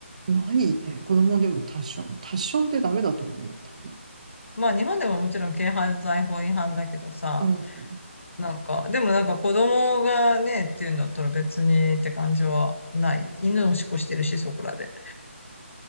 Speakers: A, on the right (about 35°); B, on the left (about 70°).
A: ないね。子供でもタッション。タッションってダメだと思うよ、多分。
B: まあ日本でももちろん軽犯罪法違反だけどさ、
A: うん。
B: なんか、でもなんか子供がね、っていうんだったら別にって感じはない。犬をしっこしてるし、そこらで。